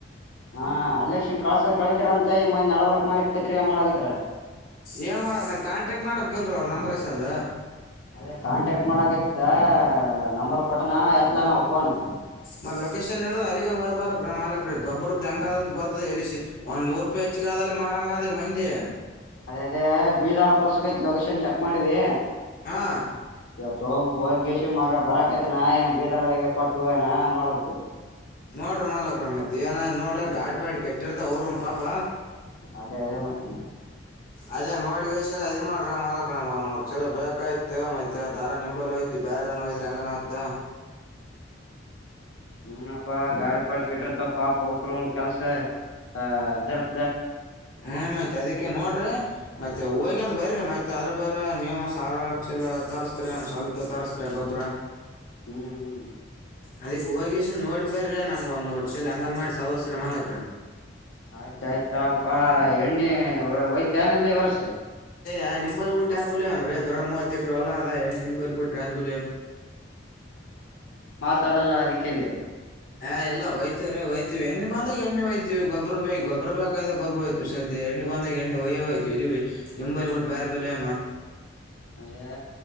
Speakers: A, on the left; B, on the left.
A: ಹಾ ಅಲ್ಲನ್ ಕಳ್ಸ ಕಳಸರಂತ ಮ ನಡಬರ್ಕ್ ಮಾರಿ ತ್ರಿ ಮಾಡಕತಾರ
B: ಏ ಮಾಡ ಮತ್ತ ಕಾಂಟ್ಯಾಕ್ಟ್ ಮಾಡಕ್ ಕಲ್ರ ಅವ್ರ ನಂಬರ್ ಎಷ್ಟ ಅಂದ
A: ಅದೇ ಕಾಂಟ್ಯಾಕ್ಟ್ ಮಾಡಕ ಇತ್ ನಂಬರ್ ಕೊಟ್ಟನಾ ಎತ್ತಲ ನಾವ ಫೋನ್
B: ಮ ಲೊಕೇಶನ್ ಇಡೋದ ಅಲ್ಲಿಗನ್ ವಯ್ಬಾರ ಮಾಲಕ ರ ಗೊಬರದ್ದಂಗಾದ ಅಂತ ಗೊತ್ತದ ಎಲ್ಲಿ ಒಂದ್ ನೂರು ರೂಪಾಯಿ ಹೆಚ್ಚಗದಲ್ಲ ಮಾರಾಂಗ ಅದ ಮಂದಿ
A: ಅದೇ ಅದೇ ಬೀಳದಾರ್ ತ ವರ್ಸಗೈತ್ ಲೊಕೇಶನ್ ಚೆಕ್ ಮಾಡಿವಿ
B: ಹಾ
A: ಇವ ತ ಹೋಬಕ್ ಹೋಗ್ಯೇಶ ಮಗ ಬರಕತ್ತನ ಏನ ಬೀದರ್ಗ ಕೊಟ್ಟ ಏನ ನೋಡಬೇಕ
B: ನೋಡ್ರಿ ಮಾಲಕಕ್ ರ ಮತ್ ಏನ ನೋಡ್ರಿ ಗಾಡಿ ಪ್ಯಾಡಿ ಕೆಟ್ಟಿರ್ತ ಅವ್ರ ಪಪ
A: ಅದೇ ಅದೇ ಮತ್ತೆ
B: ಅದ ನೋಮಾಡ ಅ ಮಾಲ್ಕ ರ್ ಒಂದೂರ್ ಚಲ ಬೇಕಾಯ್ತ ಮೈ ದಾರ ನಿಂಬಲ್ ಯ್ತ್ ಬೇರೆಏಯ್ರ ಹಂಗನ್ದ
A: ಹನಪ್ಪಾ ಗಾಡಿ ಪಾಡಿ ಕಡ್ರತ ಪಾಪ ಅವಕರುನ್ ಕೆಲ್ಸ ಹ ಇರ್
B: ಹ್ಮಞ ಮತ್ ಅದಕ್ಕೆ ನೋಡ್ರರಿ ಮತ್ತೆ ಹೋಗಿ ಅಂದ ಬರರಿ ಮತ್ತೆ ಅದ್ರ ಬೇರೆ ನೀವು ಸಾರ ಚಲ ತರಿಸಸ್ತ್ರಾನ ಸ್ವಲ್ಪ ತರಿಸಸ್ತ್ರ ಗೊಬ್ಬ್ರ
A: ಹ್ಮ್
B: ಅದಕ್ಕೆ ಹೋಗ ಎಸ ನೋಡಿ ಬರ್ರೀ ನಮ್ಗೆ ಒಂದು ಒೋಟ್ ಚಲ್ ಹ್ಯಂಗರ್ ಮಾಡಿ ಸ ಅವರ್ಸ್ರೀ ಮಾಲಕ್ ರೀ
A: ಆಯ್ತ ಆಯ್ತಾಪಾ ಎಣ್ಣೆ ಒಯ್ತ ಏನೆಲ್ಲ ಇವರ್ಸ
B: ಏನಿಂಬಲ್ ಬಿಟ್ಟ ಯಾರ್ ಬಲಮ್ರೀ ದೊಡ್ಡ ಮೂವತ್ತ ಎಕರು ಹೊಲ ಅದ ಎಣ್ಣ ನಿಂಬಲ್ ಬಿಟ್ಟ ಯಾರ್ ಬ
A: ತಳಲ್ಲ ಅದಿಕೆ
B: ಹಾ ಇಲ್ಲ ಹಯ್ತವ ರೀಯ್ತವಿ ಎಣ್ಣ ಬಂದಾಗ ಎಣ್ಣೆ ಹಯ್ತಿವಿ ಗೊಬ ಬಗ್ ಗೊಬ್ಬ ಬೇಕ್ದಾಗ ಗೊಬ್ ಹಯ್ತವಿ ಸದ್ಯ ಎಣ್ಣ ಬಂದಾಗ ಎಣ್ಣು ವಯ ಹಯ್ವಿ ಇಲ್ಲಿ ನಿಂಬಲ್ಲಿ ಬಿಟ್ಟ ಬೇರೆ ಬೇ ಅಮ್ಮ
A: ಅದೇ